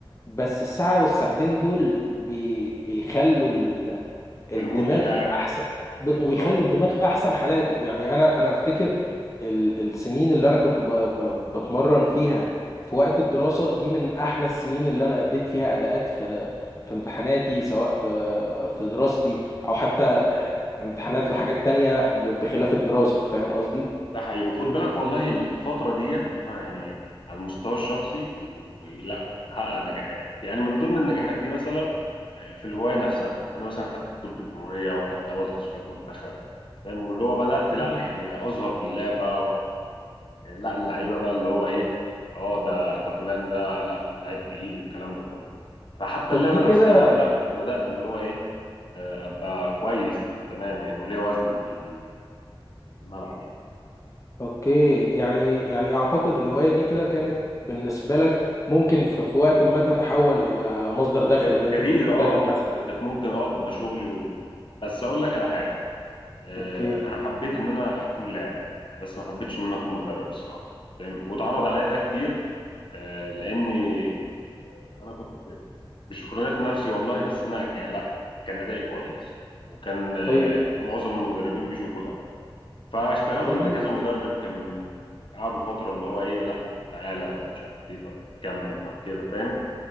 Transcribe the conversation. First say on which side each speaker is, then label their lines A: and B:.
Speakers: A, on the left; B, on the left.
A: بس الساعة والساعتين دول بي بيخلوا ال- الدماغ
B: المود بتاعك
A: في احسن ب-
B: بالظبط
A: ويخلوا الدماغ في احسن حالاته يعني انا انا افتكر ال- السنين اللي انا كنت ب- ب- بتمرن فيها في وقت الدراسة دي من أحلى السنين اللي أنا أديت فيها أداءات في في امتحاناتي سواء في في دراستي أو حتى آه، امتحانات لحاجات تانية ب- بخلاف الدراسة فاهم قصدي؟
B: ده حقيقي وخد بالك والله الفتره ديت انا يعني على المستوى الشخصي و- لا كنت بحقق نجاحات يعني من ضمن النجاحات دي مثلا آه، في الهوايه نفسها ان انا مثلا خدت بطوله الجمهوريه وخدت اول تصفيات منتخب فاهم واللي هو بدات
A: مهم.
B: لا يعني اظهر في اللعبه لا اللعيبه بقى اللي هو ايه اه ده ده فلان ده لا لعيب تقيل والكلام ده كله فحتى
A: طب
B: اللعبه
A: دي
B: نفسها
A: كده
B: لا كنت بدات اللي هو ايه آه، ابقى كويس وتمام يعني وليا وزني في ال- في الملعب يعني
A: أوكي يعني يعني أعتقد الهواية دي كده كانت بالنسبة لك ممكن في في وقت ما تتحول إلى مصدر دخل
B: ك-
A: إن أنت
B: كارير
A: تبقى مدرب
B: اه كانت
A: مثلا
B: كانت ممكن اه تبقى شغلي و... بس اقول لك على حاجه آه،
A: أوكي
B: انا حبيت ان انا اكون لاعب بس ما حبيتش ان انا اكون مدرب الصراحه فاهم واتعرض عليا ده كتير آه، لاني آه، انا كنت مش شكرانه في نفسي والله بس انا يعني لا كان ادائي كويس وكان آه،
A: طيب
B: معظم المدربين بيشوفوا ده فاشتغلت
A: طب
B: مع
A: أنت-
B: كذا مدرب كان قعدوا فتره اللي هو ايه لا طب تعالى طب مش عارف ايه طب كمل طب كده فاهم